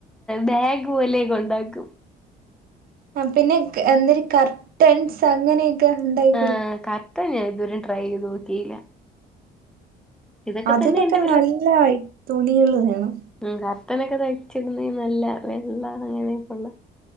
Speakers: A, in the centre; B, on the right.
A: ബാഗ് പോലെയൊക്കെ ഒണ്ടാക്കും
B: അ പിന്നെ ക്ക എന്തര് കർട്ടൻസ് അങ്ങനെയൊക്കെ ഉണ്ടെങ്കി
A: ആഹ് കർട്ടൻ ഞാൻ ഇതുവരെ ട്രൈ ചെയ്ത് നോക്കിയില്ല ഇതൊക്കെ
B: അതിനൊക്കെ
A: തന്നെ എന്റെ
B: നല്ല ഈ തുണികള് വേണം
A: മ് കർട്ടനെക്കെ തയ്ച്ചിടുന്നേന് നല്ല വെള്ള അങ്ങനെക്കെള്ള